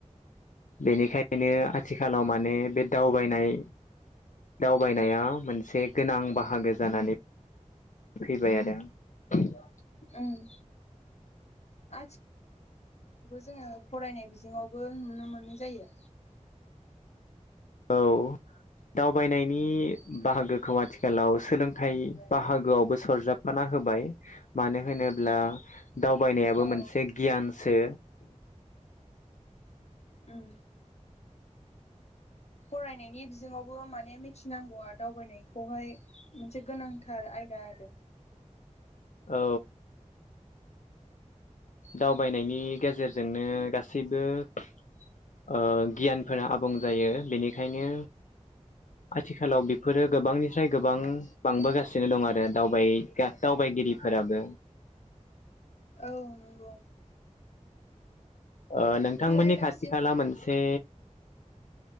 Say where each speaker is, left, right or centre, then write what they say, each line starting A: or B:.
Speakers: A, on the left; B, on the left.
A: बेनिखायनो आथिखालाव माने बे दावबायनाय दावबायनाया मोनसे गोनां बाहागो जानानै फैबाय आरो ।
B: ओं। <unintelligible> जोङो फरायनाय बिजोङावबो नुनो मो नुनाय जायो।
A: औ दावबायनायनि बाहागोखौ आथिखालाव सोलोंथाइ बाहागोआवबो सरजाबफाना होबाय मानो होनोब्ला। दावबायनायाबो
B: औ
A: मोनसे गियान। सो।
B: उम। फरायनायनि बिजोंआवबो माने मिथिनांगौआ दावबायनायखौहाय मोनसे गोनांथार आयदा आरो।
A: औ। दावबायनायनि गेजेरजोंनो गासैबो ओ गियानफोरा आबुं जायो बेनिखायनो। आथिखालाव बेफोरो गोबां निफ्राय गोबां बांबोगासिनो दं आरो दावबाय गा दावबायगिरिफोराबो।
B: औ नंगौ।
A: ओ नोंथांमोननि
B: नोंथाङालाय
A: खाथि
B: दासिम
A: खाला मोनसे।